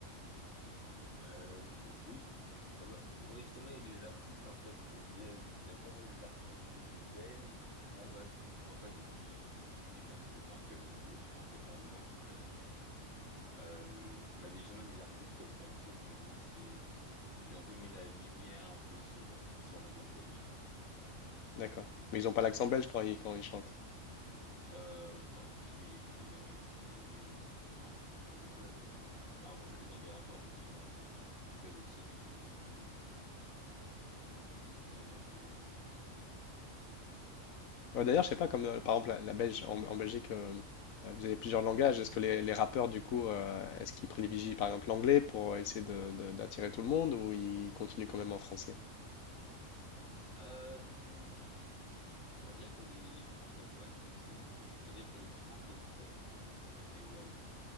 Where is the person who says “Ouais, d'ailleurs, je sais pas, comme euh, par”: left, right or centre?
Left